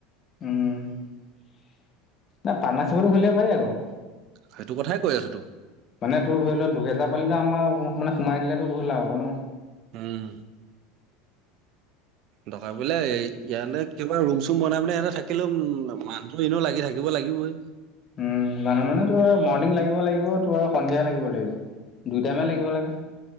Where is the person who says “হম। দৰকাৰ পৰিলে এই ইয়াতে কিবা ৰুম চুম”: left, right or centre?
Right